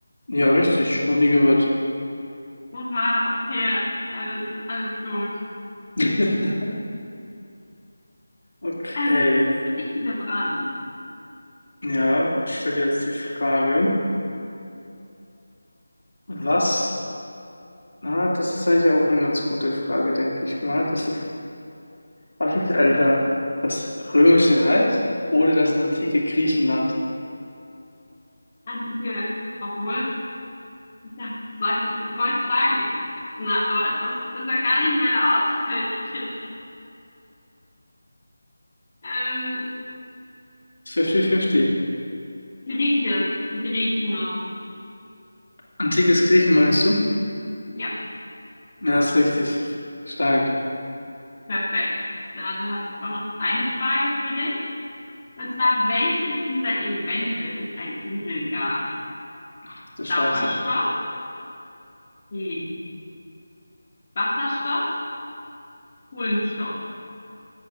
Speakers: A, on the left (about 85°); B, on the left (about 35°).
A: Ja, richtig, noch nie gehört.
B: Oha, okay. Alles, alles gut.
A: <laughs> Okay,
B: Ähm, jetzt bin ich wieder dran.
A: ja, ich stelle dir jetzt die Frage, was, ah, das ist eigentlich auch eine ganz gute Frage, denke ich mal. Das ist, was ist älter? Das Römische Reich oder das antike Griechenland?
B: Antike, obwohl, ich dachte, ich sag jetzt, ich wollte sagen, Ibsen, aber das ist ja gar nicht meine Auswahl drin. Ähm,
A: 50-50.
B: Grieche, die Griechen. oh.
A: Antikes Griechen meinst du?
B: Ja,
A: Ja, ist richtig. Stark.
B: perfekt. Dann habe ich auch noch eine Frage für dich. Und zwar, welches dieser Elemente ist ein Edelgas?
A: Ach Du Scheiße.
B: Sauerstoff, Helium, Wasserstoff, Kohlenstoff.